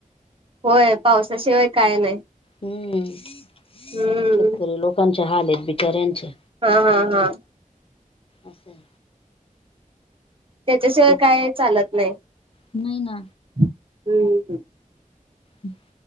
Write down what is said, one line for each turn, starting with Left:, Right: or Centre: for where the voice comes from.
Right: होय पावसाशिवाय काय नाही
Left: हम्म शेतकरी
Right: हम्म
Left: लोकांचे हाल आहेत बिचााऱ्यांचे
Right: हा हा हा
Left: असं
Right: त्याच्याशिवाय
Left: ते
Right: काय चालत नाही
Left: नाही ना
Right: हम्म हम्
Left: हम